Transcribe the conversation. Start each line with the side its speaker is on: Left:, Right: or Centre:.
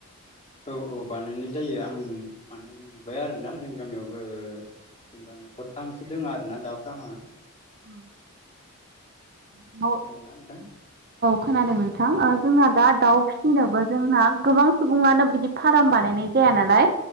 Left: औ औ बानायनाय जायो आं माने नुबाय आरोना जोंनि गामियावबो जेनेबा न'खरफथामसो दोङ आरो ना दाउ फ्रांमआ।
Right: औ। <unintelligible>
Left: खोनादोंना नोंथां
Right: खोनादों नोंथां। ओ जोंना दा दाउ फिसिनोबो जोंना गोबां सुबुङानो बिदि फार्म बानायनाय जा जाया नालाय?